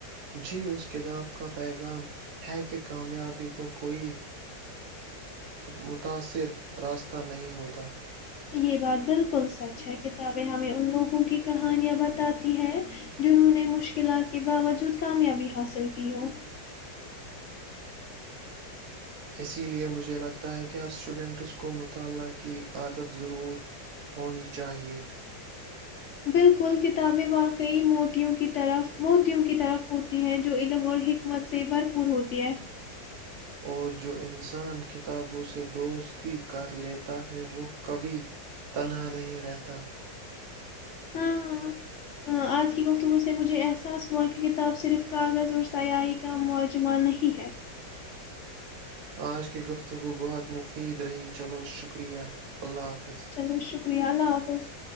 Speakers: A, on the right; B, on the left.
A: جی اس کتاب کا پیغام ہے کہ کامیابی کو کوئی متاثر راستہ نہیں ہوتا
B: یہ بات بالکل سچ اچھ کتابیں ہمیں ان لوگوں کی کہانیاں بتاتی ہیں جنہوں نے مشکلات کے باوجود کامیابی حاصل کی ہو
A: اسی لیے مجھے لگتا ہے کہ ہر اسٹوڈنٹس کو مطالعہ کی عادت ضرور ہونی چاہیئے
B: <unintelligible>
A: اور جو انسان کتابوں سے دوستی کر لیتا ہے وہ کبھی تنہا نہیں رہتا <inaudible>
B: ہاں آج کی گفتگو سے مجھے احساس ہوا کہ کتاب صرف کاغذ اور سیاحی کا معجمہ نہیں ہے
A: آج کی گفتگو بہت مفید رہی چلو شکریہ اللہ حافظ
B: چلو شکریہ اللہ حافظ